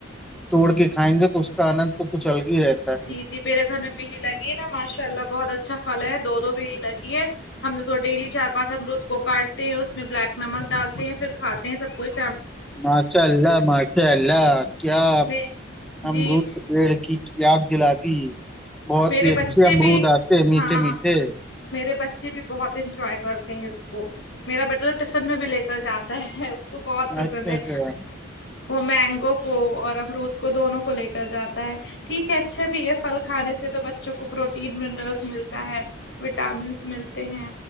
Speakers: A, in the centre; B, on the left.
A: توڑ کے کھائیں گے تو اس کا آنند تو کچھ الگ ہی رہتا ہے
B: جی جی میرے گھر میں بھی ہی لگی ہے نا ماشاء اللہ بہت اچھا پھل ہے دو دو بھی ہ لگی ہے ہم لگ تھ ڈیلی چار پانچ امرود کو کاٹتے ہیں اس میں بلیک نمک ڈالتے ہیں پھر کھاتے ہیں سب کچھ
A: ماشاء اللہ ماشاء اللہ کیا
B: میں
A: ار
B: جی
A: پیڑ کی یاد دلا دی بہت
B: میرے
A: ہی
B: بچے
A: اچھے امرود
B: بھی
A: آتے میٹھے
B: ہاں
A: میٹھے
B: میرے بچے بھی بہت انجوائے کرتے ہیں اس کو میرا بیٹا تو ٹفن میں بھی لے کر جاتا ہے اس کو بہت پسند
A: اچھا
B: ہے
A: اچھا
B: وہ مینگو کو اور امروود کو دونوں کو لے کر جاتا ہے ٹھیک ہے اچھا بھی ہے پھل کھے سے سے تو بچوں کو پروٹین منرلس ملتا ہے وٹامنس ملتے ہیں